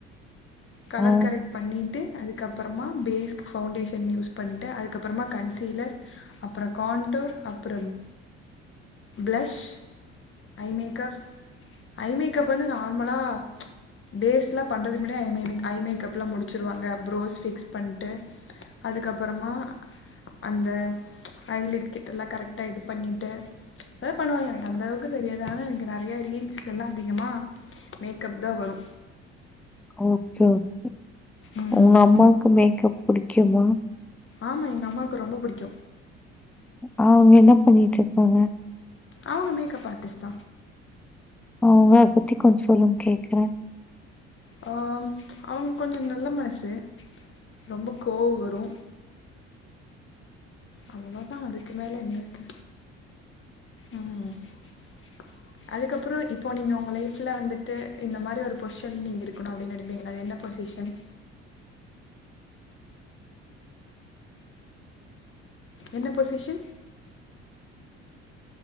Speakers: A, on the left; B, in the centre.
A: கலர்
B: ஆ
A: கரெக்ட் பண்ணிட்டு அதுக்கப்புறமா பேஸ்க் ஃபவுண்டேஷன் யூஸ் பண்ணிட்டு அதுக்கப்புறமா கன்சீலர் அப்பறொ கான் ஃப்ளோர் அப்புறம் blush eye makeup eye makeup வந்து நார்மலா பேஸ்ல பண்றதுக்கு முன்னாடி ஐ மெமெ ஐ மேக்கப்பெல்லா முடிச்சுருவாங்க ப்ரோஸ் ஃபிக்ஸ் பண்ட்டு அதுக்கப்பறமா அந்த ஐ லைக் கிட்டெல்லா கரெக்டா இது பண்ணிட்டு அதெல்லா பண்ணுவாங்க எனக்கு அந்த அளவுக்கு தெரியாது ஆனா எனக்கு நெறயா ரீல்ஸ்ல எல்லா அதிகமா மேக்கப்தா வரு
B: <unintelligible>
A: ம்
B: உங்க அம்மாக்கு மேக்கப் புடிக்குமா
A: ஆமா எங்க அம்மாக்கு ரொம்ப புடிக்கு
B: அவுங்க என்ன பண்ணிட்டு இருக்காங்க
A: அவுங்க மேக்கப் ஆர்ட்டிஸ்ட்தா
B: அவுங்க அத பத்தி கொஞ்சோ சொல்லுங்க கேக்குறே
A: ஆ அவுங்க கொஞ்சோ நல்ல மனசு ரொம்போ கோவோ வரு அவ்ளவுதா அதுக்கு மேல என்ன இருக்கு ம் <inaudible> அதுக்கப்புறோ இப்போ நீங்க உங்க லைஃப்ல வந்துட்டு இந்த மாரி ஒரு பொசிஷன் நீங்க இருக்கணு அப்டினு நெனப்பீங்கல்ல அது என்ன பொசி ஷன் என்ன பொசிஷன்